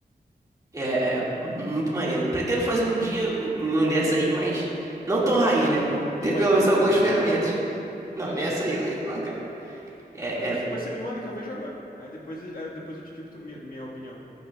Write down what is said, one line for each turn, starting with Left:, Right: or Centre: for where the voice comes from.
Right: É, é muito maneiro. Pretendo fazer um dia uma dessa aí, mas não
Left: <laughs>
Right: tão raiz, né?
Left: Não
Right: Ter
Left: vai
Right: pelo
Left: entrar
Right: menos
Left: na
Right: algumas
Left: caverna,
Right: ferramentas.
Left: né?
Right: Não, nessa aí eu não entro não, cara. É,
Left: Não, pois,
Right: é,
Left: pois você me manda que eu vejo agora. Aí depois, aí eu- depois eu te digo to- minha, minha opinião.